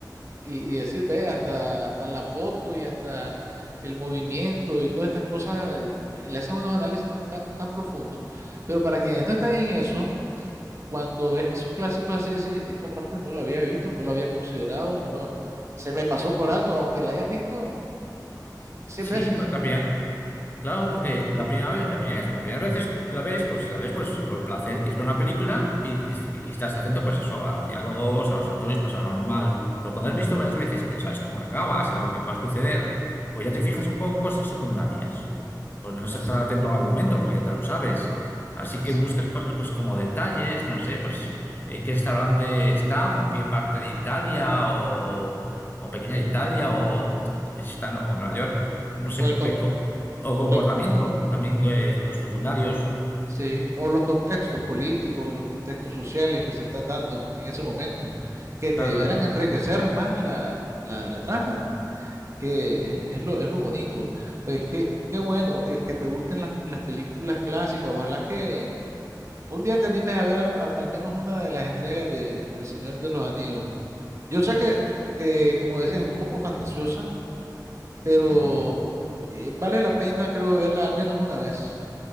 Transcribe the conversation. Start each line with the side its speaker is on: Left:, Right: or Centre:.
Right: y, y decir, ve, hasta, hasta la foto y hasta el movimiento y todas estas cosas, eh, le hacen unos análisis tan, tan, tan profundos, pero para quienes no están en eso, cuando ves esos clásicos así, decir, esta parte no la había visto, no la había considerado, no lo, se me pasó por alto, aunque la hayas visto 100
Left: sí,
Right: veces.
Left: porque la primera- Claro, porque la primera vez, la primera vez, o la primera vez que la ves, pues la ves pues por placer, quieres ver una película y, y estás atento pues eso, a los diálogos, a los actores, pues a lo normal. Pero cuando has visto varias veces y ya sabes cómo acaba, sabes lo que va a suceder, pues ya te fijas un poco en cosas secundarias. Pues no es
Right: Así,
Left: estar
Right: es,
Left: atento al argumento porque ya te lo sabes. Así
Right: así.
Left: que buscas cosas pues como detalles, no sé, pues en qué restaurante está o en qué parte de Italia o, o pequeña Italia o si está en o Nueva York. No sé,
Right: O el con,
Left: o comportamiento,
Right: o el-
Left: también de los secundarios,
Right: Sí, o los contextos políticos y los contextos sociales que se están dando en ese momento, que te
Left: claro.
Right: ayudarán a enriquecer más la, la, la trama, ¿no? Que es, es lo, es lo bonito. Pues que, qué bueno eh, que te gusten las, las películas clásicas. Ojalá que un día te animes a ver al, al- al menos una de las entregas de, del Señor de los Anillos. Yo sé que, eh, como decías, es un poco fantasiosa, pero
Left: Mm,
Right: eh, vale la pena, creo, verla al menos una vez.